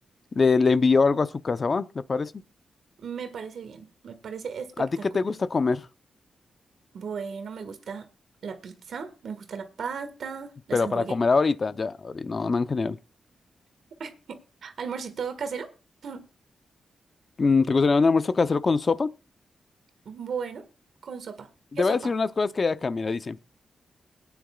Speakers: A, on the left; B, on the right.
A: Le, le envío algo a su casa, ¿va? ¿Le parece?
B: Me parece bien, me parece espectacular.
A: ¿A ti qué te gusta comer?
B: Bueno, me gusta la pizza, me gusta la pasta, las
A: Pero
B: hamburguesas.
A: para comer ahorita, ya, ahorita, no, no en general.
B: <laughs> ¿Almorcito casero? <clears throat> <laughs>
A: Mm, ¿Te gustaría un almuerzo casero con sopa?
B: Bueno, con sopa. ¿Qué
A: Te voy
B: sopa?
A: a decir unas cosas que hay acá, mira, dice.